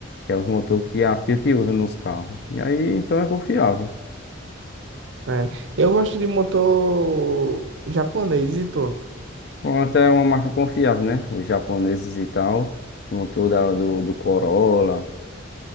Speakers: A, on the left; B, on the right.
A: que é o motor que a Fiat usa nos carros. E aí então é confiável.
B: É. Eu gosto de motor japonês e tu,
A: Honda é uma marca confiável, né? Os japoneses e tal, o motor da- do, do Corolla,